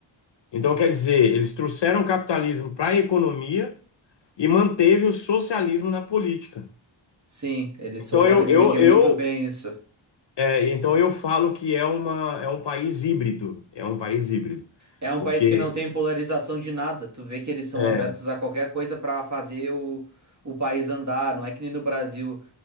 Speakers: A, on the left; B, on the right.
A: Então, quer dizer, eles trouxeram o capitalismo para a economia e manteve o socialismo na política.
B: Sim, eles
A: Então
B: souberam
A: eu,
B: dividir
A: eu, eu,
B: muito bem isso.
A: é, então eu falo que é uma, é um país híbrido, é um país híbrido,
B: É um
A: porque
B: país que não tem polarização de nada. Tu vê que eles são
A: é,
B: abertos a qualquer coisa pra fazer o, o país andar. Não é que nem no Brasil